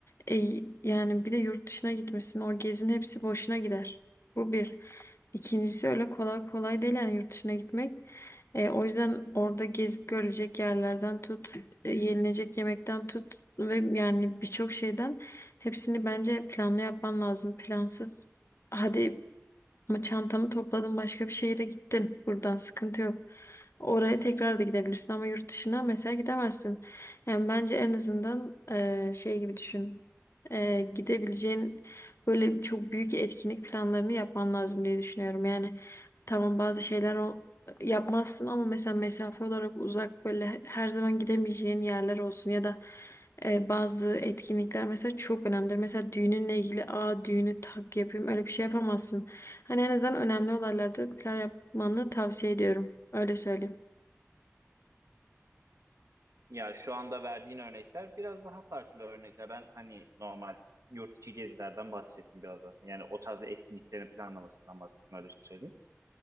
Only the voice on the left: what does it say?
E, yani bir de yurt dışına gitmişsin. O gezinin hepsi boşuna gider. Bu bir. İkincisi öyle kolay kolay değil yani yurt dışına gitmek. E, o yüzden orada gezip görülecek yerlerden tut, e, yenilecek yemekten tut ve yani birçok şeyden hepsini bence planlı yapman lazım. Plansız hadi ama çantamı topladın başka bir şehire gittin. Buradan sıkıntı yok. Oraya tekrar da gidebilirsin ama yurt dışına mesela gidemezsin. Yani bence en azından eee, şey gibi düşün. Eee, gidebileceğin böyle çok büyük etkinlik planlarını yapman lazım diye düşünüyorum. Yani tamam bazı şeyler o yapmazsın ama mesela mesafe olarak uzak böyle her zaman gidemeyeceğin yerler olsun ya da e, bazı etkinlikler mesela çok önemlidir. Mesela düğününle ilgili aa düğünü tak yapayım öyle bir şey yapamazsın. Hani en azından önemli olaylarda plan yapmanı tavsiye ediyorum. Öyle söyleyeyim.